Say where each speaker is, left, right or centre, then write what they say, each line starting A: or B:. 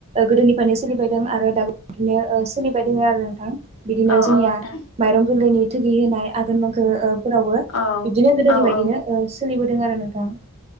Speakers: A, on the right; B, on the left.
A: गोदोनिफ्रायनो सोलिबायदों आरो दाबो बिदिनो ओ सोलिबाय दङ आरो नोंथां। बिदिनो
B: औ
A: जोंनिया
B: औ नोंथां
A: माइरं गोरलैनि थोगि होनाय आघोन मांखो फोरावबो
B: औ
A: बिदिनो गोदोनि
B: औ
A: बायदिनो
B: औ
A: ओ सोलिबोदों आरो नोंथां